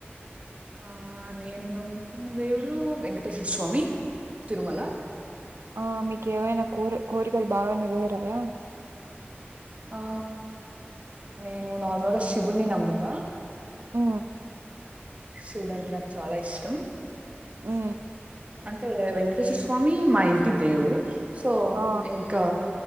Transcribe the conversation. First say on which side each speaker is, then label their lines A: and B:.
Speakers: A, on the right; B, on the right.
A: ఆ నేను నమ్ముతున్న దేవుడు వెంకటేశ్వర స్వామి తిరుమల
B: ఆ మీకు ఏవైనా కోరి కోరికలు బాగా నెరవేరాయా
A: ఆ నేను నార్మల్గా శివున్ని నమ్ముతా
B: ఉ
A: శివుడంటే నాకు చాలా ఇష్టం
B: ఉ
A: అంటే వెంకటేశ్వర స్వామి మా ఇంటి దేవుడు సో
B: ఆ
A: ఇంకా